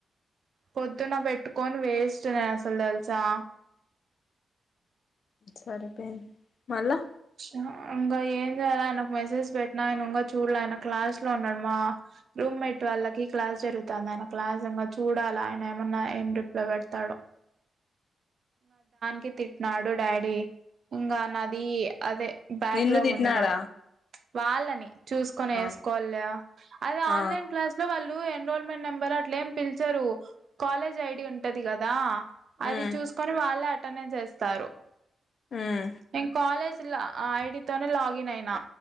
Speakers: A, on the right (about 60°); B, on the left (about 60°).
A: పొద్దున్న పెట్టుకొని వేస్ట్ నేన్ అసల్ తెల్సా
B: సరిపోయింది మళ్ళా
A: అహ్ ఇంకా ఏం చేయాలా ఆయనకి మెసేజ్ పెట్టిన ఆయన ఇంకా చూడ్ల. ఆయన క్లాస్ లో ఉన్నాడు మా రూమ్మేట్ వాళ్ళకి క్లాస్ జరుగుతాంది. ఆయన క్లాస్ ఉంది చూడాలా ఆయన ఏమన్న రిప్లై పెడతాడో. తే తిట్టినాడు డాడీ ఇంకా నాది అదే బ్యాక్లాగ్
B: నిన్ను తిట్టినాడా
A: ఉందిగా చ్. వాళ్ళని చూసుకొని
B: ఆ
A: ఏస్కోవాలిగా అదే ఆన్లైన్
B: ఆ
A: క్లాస్ లో వాళ్ళు. ఇప్పుడు ఎన్రోల్మెంట్ నెంబర్ అట్లా ఏం పిలిచరు కాలేజ్ ఐడి ఉంటది కదా. అవి
B: ఉమ్
A: టే వాళ్ళే అటెండెన్స్ ఏస్తారు.
B: ఉమ్
A: నేన్ కాలేజ్ తిల్ల ఆ ఐడితోనే లాగిన్ అయినా.